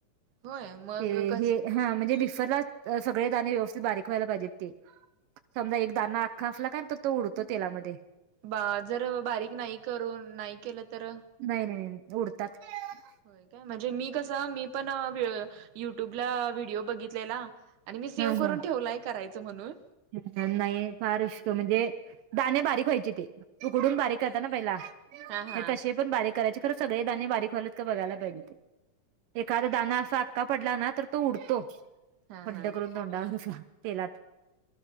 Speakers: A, on the right; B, on the right.
A: होय मग
B: ते
A: कस
B: हे हा म्हणजे मिक्सरलाच सगळे दाणे व्यवस्थित बारीक व्हायला पाहिजेत ते समजा एक दाना आख्खा असला काय तर तो उडतो तेलामध्ये
A: बाजर बारीक नाही करून नाही केलं तर?
B: नाही नाही नाही उडतात हम्म
A: होय काय म्हणजे मी कस मी पण युट्यूबला व्हिडिओ बघितलेला आणि मी सेव
B: हम्म
A: करून ठेवलाय करायचं म्हणून
B: नाही फार उष्क म्हणजे दाणे बारीक व्हायचे ते उकडून बारीक करतात ना पहिला
A: हा हा
B: हे तसे पण बारीक करायचे खरं सगळे दाणे बारीक व्हायलात का बघायला पाहिजे ते एखादा दाना असा अख्खा पडला ना तर तो उडतो
A: हा
B: पट्टा
A: हा
B: करून तोंडावर कस तेलात